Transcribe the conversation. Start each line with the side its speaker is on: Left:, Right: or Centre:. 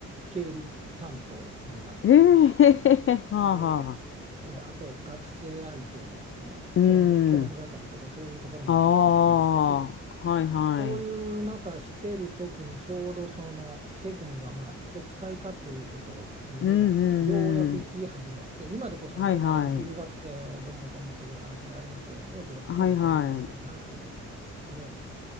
Right: 経理担当になって。
Left: い。ええー <laughs> はあはあ。
Right: で、えーあと学生相手の、その教務、
Left: うん。
Right: 教務係とかそういうところも経験しましたし、
Left: ああ。はいはい。
Right: そういう中してる時にちょうどその世間がまあ国際化っていうことに目がようやく行き始めて、
Left: うんうんうん。
Right: 今でこそね、
Left: はいはい。
Right: まだ留学生をどうのこうのという話がありますけど、当時はほとんどそういう話もなく、
Left: はいはい。
Right: で、